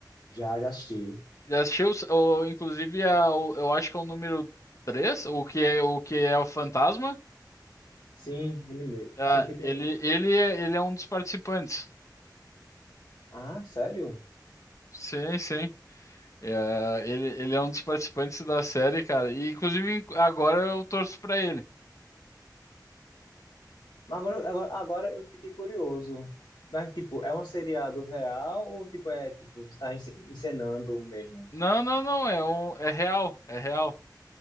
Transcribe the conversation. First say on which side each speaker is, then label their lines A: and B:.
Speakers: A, on the left; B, on the left.
A: Já, já assisti.
B: Já assistiu, ou, inclusive, a, o- eu acho que é o número 3 o que é o que é o Fantasma.
A: Sim, ele mesmo.
B: Ah,
A: Se o que tem.
B: ele, ele, é, ele é um dos participantes.
A: Ah, sério?
B: Sim, sim. É, ele, ele é um dos participantes da série, cara. E, inclusive, agora eu torço pra ele.
A: Mas agora, agora, agora eu fiquei curioso. Mas, tipo, é um seriado real ou, tipo, é, tipo, está encenando mesmo?
B: Não, não, não, é, um, é real, é real.